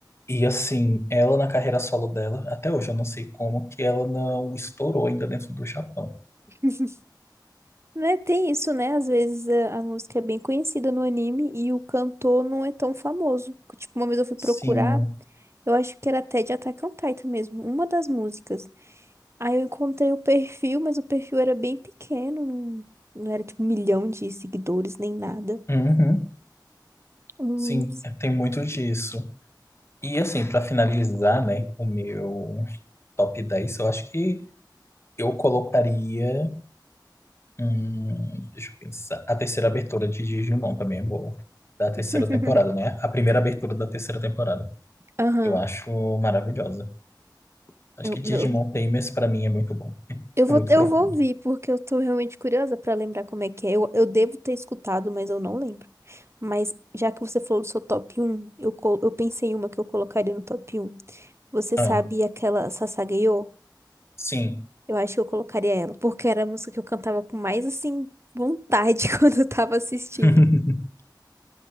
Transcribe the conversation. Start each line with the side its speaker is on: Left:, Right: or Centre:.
Left: E assim, ela na carreira solo dela, até hoje eu não sei como que ela não estourou ainda dentro do Japão.
Right: <laughs> Né, tem isso, né? Às vezes a, a música é bem conhecida no anime e o cantor não é tão famoso. Tipo, uma vez eu fui
Left: Sim,
Right: procurar, eu acho que era até de Attack on Titan mesmo, uma das músicas. Aí eu encontrei o perfil, mas o perfil era bem pequeno, não, não era tipo um milhão de seguidores nem nada.
Left: uhum,
Right: Hum.
Left: sim, é, tem muito disso. E assim, pra finalizar, né, o meu top 10, eu acho que Eu colocaria. Hum, deixa eu pensar. A terceira abertura de Digimon também é boa. Da terceira
Right: <laughs>
Left: temporada, né? A primeira abertura da terceira temporada.
Right: Aham.
Left: Eu acho maravilhosa. Acho
Right: Eu-
Left: que Digimon
Right: meu-
Left: Tamers, pra mim, é muito bom.
Right: Eu
Left: É
Right: vou,
Left: muito
Right: eu
Left: profundo.
Right: vou ouvir, porque eu tô realmente curiosa pra lembrar como é que é. Eu, eu devo ter escutado, mas eu não lembro. Mas já que você falou do seu top um, eu, co- eu pensei em uma que eu colocaria no top um. Você
Left: Ah,
Right: sabe aquela Sasagayô?
Left: sim.
Right: Eu acho que eu colocaria ela, porque era a música que eu cantava com mais, assim, vontade <laughs> quando eu tava assistindo.
Left: <laughs>